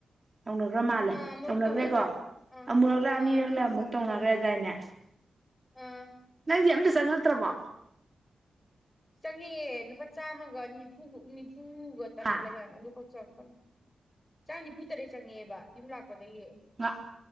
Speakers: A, on the right (about 25°); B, on the left (about 20°).
A: ꯇꯧꯅꯈ꯭ꯔ ꯃꯥꯜꯂꯦ
B: ꯑꯥ ꯑꯃꯨꯔꯛ
A: ꯇꯧꯅꯈ꯭ꯔꯦꯀꯣ
B: ꯇꯧꯅꯈ꯭ꯔꯦ ꯑꯥ
A: ꯑꯃꯨꯔꯛꯂ
B: ꯑꯥ
A: ꯑꯅꯤꯔꯛꯂ ꯑꯃꯨꯛ ꯇꯧꯅ ꯒ꯭ꯔꯗꯥꯢꯅꯦ
B: ꯑꯝ
A: ꯪꯗꯤ ꯑꯝꯇ ꯆꯪꯉꯛꯇ꯭ꯔꯕꯣ
B: ꯆꯪꯉꯦꯑꯦ ꯂꯨꯄꯥ ꯆꯥꯝꯃꯒ ꯅꯤꯐꯨ ꯅꯤꯐꯨ ꯐꯨꯒ ꯇꯔꯦꯠꯂ
A: ꯍꯥ
B: ꯀꯋꯥꯅꯣ ꯑꯗꯨ <unintelligible> ꯆꯥꯝ ꯅꯤꯐꯨ ꯇꯔꯦꯠ ꯆꯪꯉꯦꯕ ꯌꯨꯝ ꯂꯥꯛꯄꯗꯒꯤꯗꯒꯤ
A: ꯉ